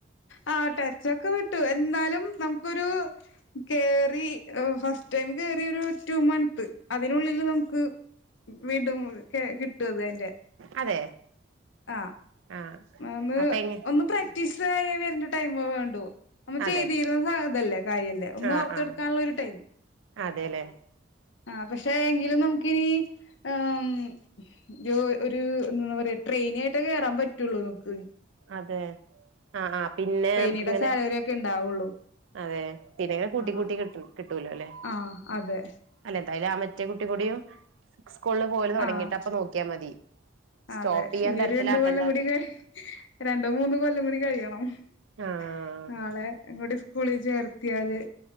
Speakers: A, on the left; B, on the right.
A: ആ ട്ടച്ചൊക്കെ വിട്ടു എന്നാലും നമുക്കൊരു കേറി ഏഹ് ഫസ്റ്റ് ടൈം കേറി ഒരു റ്റു മന്ത് അതിനുള്ളില് നമുക്ക് വീണ്ടും കെ കിട്ടുവതിന്റെ
B: അതെ
A: ആഹ്
B: ആഹ്
A: നന്ന്
B: അപ്പൊ എങ്ങ
A: ഒന്ന് പ്രാക്ടീസ് ദായി വരണ്ട ടൈമ വേണ്ടൂ നമ്മ
B: അതെ
A: ചെയ്തീരുന്ന തല്ലേ കാര്യല്ലേ ഒന്ന്
B: ആഹ്
A: ഓർത്തെ
B: ആഹ്
A: എടുക്കാനുള്ള ഒരു ടൈം
B: അതെല്ലേ
A: ആ പക്ഷെ എങ്കിലും നമുക്കിനി ഉം രു ഒരു എന്താ പറയാ ട്രെയിനി ആയിട്ടാ കേറാൻ പറ്റ റ്റുള്ളൂ നക്ക്
B: അതെ ആ ആ പിന്നെ
A: ട്രെയിനിയുടെ
B: നമക്ക് ഇങ്ങനെ
A: സാലറി ഒക്കെ ഉണ്ടാവുള്ളൂ
B: അതെ പിന്നെ ഇങ്ങനെ കൂട്ടി
A: ആഹ്
B: കൂട്ടി കിട്ടും കിട്ടൂലലെ
A: ആഹ് അതെ
B: അല്ലെ എന്തായാലും ആ മ <unintelligible> സ്കൂളിൽ പോവല് തുടങ്ങീട്ട്
A: ആഹ്
B: അപ്പ നോക്കിയാ മതി സ്റ്റോപ്പ്
A: അതെ
B: ചെയ്യാൻ
A: ഇന
B: തരത്തിലാക്കണ്ട
A: രണ്ടു കൊല്ലം കൂടിക്ക രണ്ടോ മൂന്നോ കൊല്ലം കൂടി കഴിയണം ഹ്മ്
B: ആഹ്
A: നാളെ എങ്ങൂട്ടി സ്കൂളിൽ ചേർ ത്യാല്